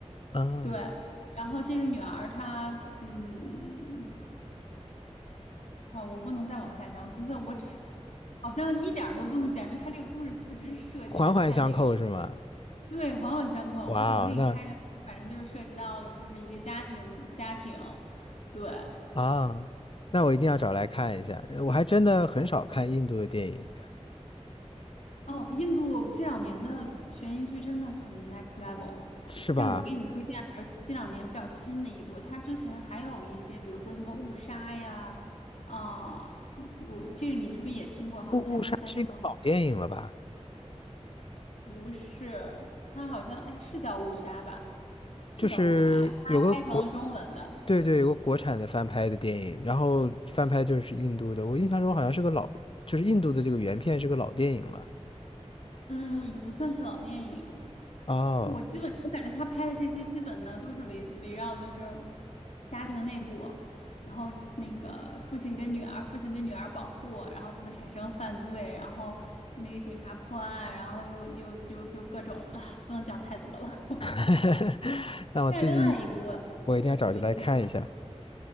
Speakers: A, on the left; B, on the left.
A: 啊，
B: 对，然后这个女儿她，嗯，啊，我不能再往下讲，我觉得我只好像一点儿都不能讲，因为她这个故事确实是设计的太那个。
A: 环环相扣是吗？
B: 对，环环相扣。
A: 哇哦，
B: 我只能给你开个头，
A: 那。
B: 反正就是涉及到了，就是一个家庭，家庭。对，
A: 啊，那我一定要找来看一下。我还真的很少看印度的电影，
B: 哦，印度这两年的悬疑剧真的很 next level。
A: 是吧？
B: 像我给你推荐，还是这两年比较新的一部。它之前还有一些，比如说什么误杀呀，啊、我这个你是不是也听过？好像它还被翻译成
A: 《误误杀》是一个老电影了吧？
B: 不是，它好像哎是叫误杀吧，就叫误杀呀，
A: 就是有个国，
B: 它还拍成了中文的。
A: 对对，有个国产的翻拍的电影，然后翻拍就是印度的。我印象中好像是个老，就是印度的这个原片是个老电影了。
B: 嗯，也不算是老电影。
A: 哦，
B: 我基本我感觉他拍的这些基本呢都是围围绕就是家庭内部，然后那个父亲跟女儿，父亲对女儿保护，然后怎么产生犯罪，然后那个警察破案，然后又又就就各种啊，不能讲太多了。<laughs>
A: <laughs> 那我自己
B: 但是另外一部，
A: 我一定要找着来看一下。
B: 对，你可以看，